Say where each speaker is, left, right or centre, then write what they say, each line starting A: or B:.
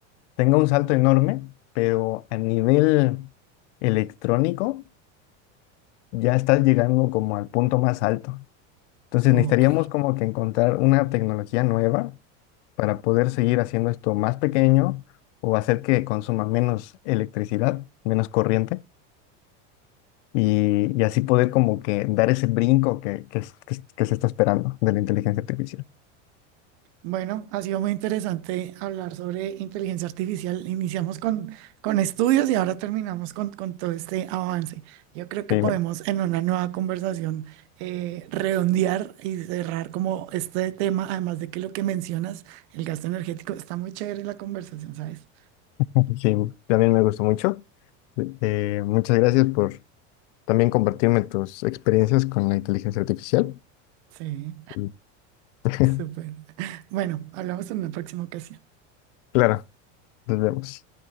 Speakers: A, on the left (about 70°); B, on the right (about 60°).
A: tenga un salto enorme, pero a nivel electrónico ya está llegando como al punto más alto. Entonces,
B: Ok.
A: necesitaríamos como que encontrar una tecnología nueva para poder seguir haciendo esto más pequeño o hacer que consuma menos electricidad, menos corriente, y, y así poder como que dar ese brinco que, que, es- que es- que se está esperando de la inteligencia artificial.
B: Bueno, ha sido muy interesante hablar sobre inteligencia artificial. Iniciamos con, con estudios y ahora terminamos con, con todo este avance. Yo creo que
A: Sí,
B: podemos
A: me-
B: en una nueva conversación eh, redondear y cerrar como este tema, además de que lo que mencionas, el gasto energético, está muy chévere la conversación, ¿sabes?
A: <laughs> sí, también me gustó mucho. Eh, muchas gracias por también compartirme tus experiencias con la inteligencia artificial.
B: Sí,
A: Mm. <laughs>
B: súper. Bueno, hablamos en una próxima ocasión.
A: Claro, nos vemos.